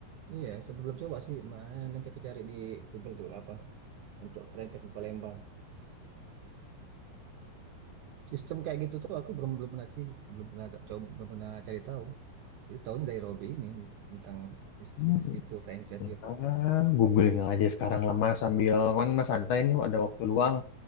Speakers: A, on the right (about 75°); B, on the left (about 70°).
A: Iya, ya, sebelum coba sih, man nanti aku cari di Google tuh apa untuk franchise di Palembang. Sistem kayak gitu tuh aku belum belum pernah sih, belum pernah ta- coba, belum pernah cari tahu. Jadi tahunya dari Robby ini tentang bisnis-bisnis
B: Hmm,
A: gitu, franchise gitu.
B: ah, googling aja sekarang lah mas sambil kan mas santai nih ada waktu luang,